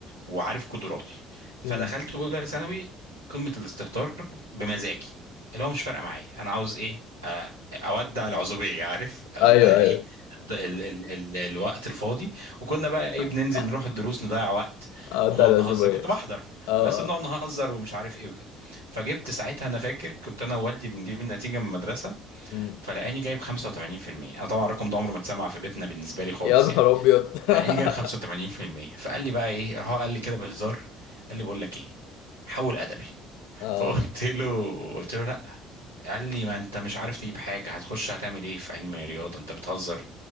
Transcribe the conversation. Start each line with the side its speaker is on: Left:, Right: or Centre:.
Right: وعارف قدراتي فدخلت
Left: امم
Right: اولى ثانوي قمه الاستهتار بمزاجي اللي هو مش فارقه معايا انا عاوز ايه اودع العزوبيه عارف اودع
Left: ايوه
Right: الايه
Left: ايوه
Right: الد- ال ال ال الوقت الفاضي وكنا بقى ايه بننزل
Left: <laughs>
Right: نروح الدروس نضيع وقت
Left: اه بتاع
Right: ونقعد
Left: الأشوبية
Right: نهزر كنت بحضر
Left: اه
Right: بس بنقعد
Left: آه.
Right: نهزر ومش عارف ايه وكده فجبت ساعتها انا فاكر كنت انا ووالدي بنجيب النتيجه من المدرسه
Left: مم.
Right: فلقاني جايب 85% انا طبعا الرقم ده عمره ما اتسمع في بيتنا بالنسبه لي خالص
Left: يا نهار
Right: يعني
Left: أبيض <laughs>
Right: لقاني جايب 85% فقال لي بقى ايه راح هو قال لي كده بهزار قال لي بقول لك ايه حول ادبي <laughs>
Left: اه
Right: فقلت له قلت له لا قال لي ما انت مش عارف تجيب حاجه هتخش هتعمل ايه في علم رياضه انت بتهزر